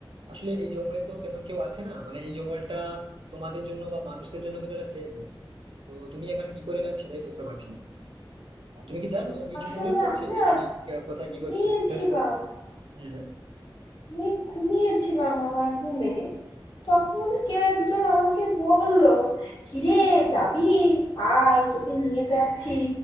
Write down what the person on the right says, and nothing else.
আসলে এই জঙ্গলে তো তেমন কেউ আসে না মানে এই জঙ্গলটা তোমাদের জন্য বা মানুষদের জন্য কিন্তু এটা সেফ নয় তো তুমি এখানে কি করে এলে আমি সেটাই বুঝতে পারছি না তুমি কি জানো তোমার কিছু
মনে পড়ছে
যে তুমি আহ, কোথায়
কি করছিলে শেষ তো হ্যাঁ